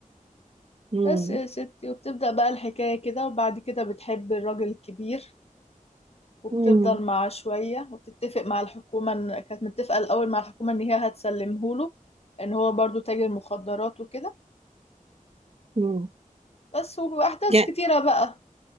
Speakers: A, on the right; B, on the left.
A: امم
B: بس يا ستي وبتبدأ بقى الحكاية كده وبعد كده بتحب الراجل الكبير وبتفضل
A: امم
B: معاه شوية وبتتفق مع الحكومة إن- كانت متفقة الأول مع الحكومة إن هي هتسلمهوله إن هو برضو تاجر مخدرات وكده
A: امم
B: بس واحداث
A: يع-
B: كتيره بقى